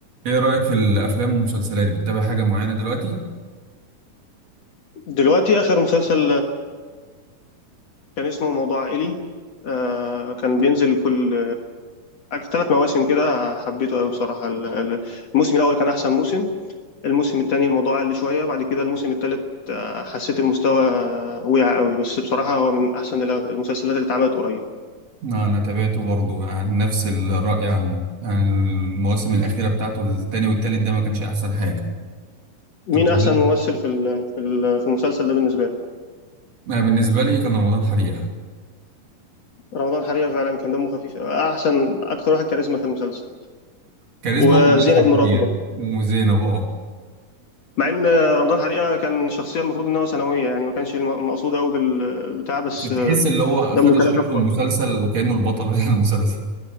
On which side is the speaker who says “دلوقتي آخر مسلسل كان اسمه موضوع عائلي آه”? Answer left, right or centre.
Left